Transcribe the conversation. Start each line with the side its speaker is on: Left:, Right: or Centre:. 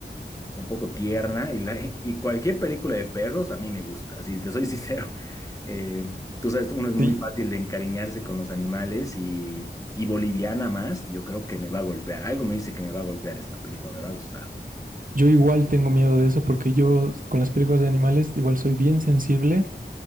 Left: un poco tierna y, la, y cualquier película de perros a mí me gusta, si te soy sincero. <laughs> Eh, tú sabes, uno es muy
Right: Sí,
Left: fácil de encariñarse con los animales y, y boliviana más, yo creo que me va a golpear. Algo me dice que me va a golpear esta película, me va a gustar.
Right: Yo igual tengo miedo de eso porque yo con las películas de animales igual soy bien sensible